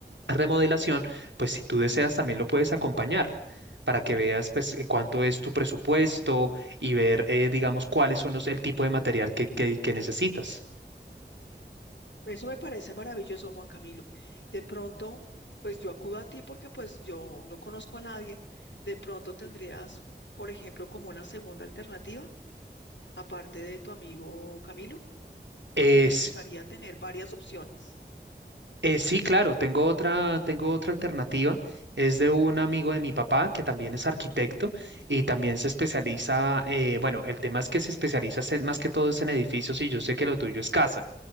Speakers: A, on the right; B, on the left.
A: remodelación, pues si tú deseas también lo puedes acompañar. para que veas pues eh, cuánto es tu presupuesto y ver eh, digamos cuáles son los el tipo de material que, que que necesitas.
B: Eso me parece maravilloso, Juan Camilo. De pronto, pues yo acudo a ti porque pues yo no conozco a nadie. De pronto tendrías, por ejemplo, como una segunda alternativa, aparte de tu amigo Camilo, porque
A: es
B: me gustaría tener varias opciones.
A: Eh, sí, claro, tengo otra, tengo otra alternativa. Es de un amigo de mi papá que también es arquitecto y también se especializa, eh, bueno, el tema es que se especializa es en- más que todo es en edificios y yo sé que lo tuyo es casa,